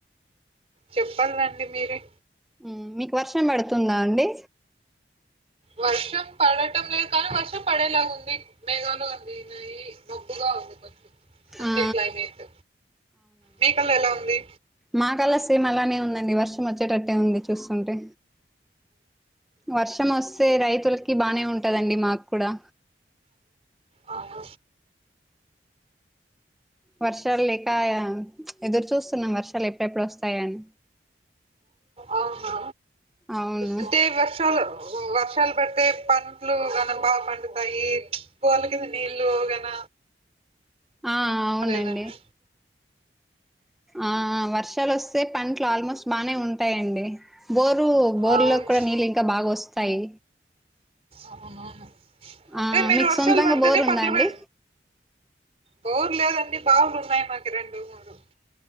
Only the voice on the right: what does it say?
చెప్పాలండి మీరే
వర్షం పడటం లేదు కానీ వర్షం పడేలాగా ఉంది మేఘాలు అన్ని ఉన్నాయి ది మబ్బుగా ఉంది కొంచం అంటే
క్లైమేట్ మీకల్ల ఎలా ఉంది
ఆ అక్క
అవునా
అంటే వర్షాలు వర్షాలు పడితే పంట్లు గానీ బాగా పండుతాయి బోల కింద నీళ్లు గాన
లెదన్న
అవును
అవునవును
అంటే మీరు
వర్షాలు
పడితేనే
పంటలు
పె బోర్ లేదండి బావులు ఉన్నాయి మాకి రెండు మూడు